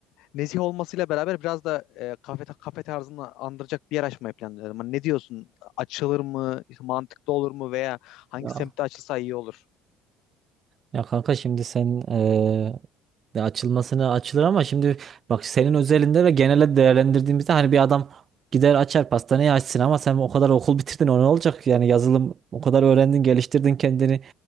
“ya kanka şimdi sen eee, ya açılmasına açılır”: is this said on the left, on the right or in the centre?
Right